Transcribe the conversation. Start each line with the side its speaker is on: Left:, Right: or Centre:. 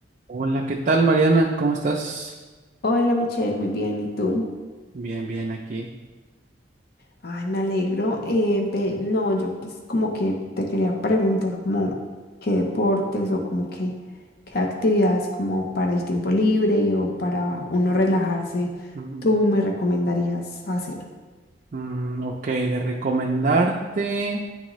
Right: Hola, ¿qué tal, Mariana? ¿Cómo estás?
Left: Hola Michelle, muy bien, ¿y tú?
Right: Bien, bien, aquí.
Left: Ay, me alegro. Eh, ve, no, yo pues como que te quería preguntar como qué deportes o como que qué actividades como para el tiempo libre y o para uno relajarse,
Right: Ujú.
Left: tú me recomendarías hacer.
Right: Mm, ok, de recomendarte.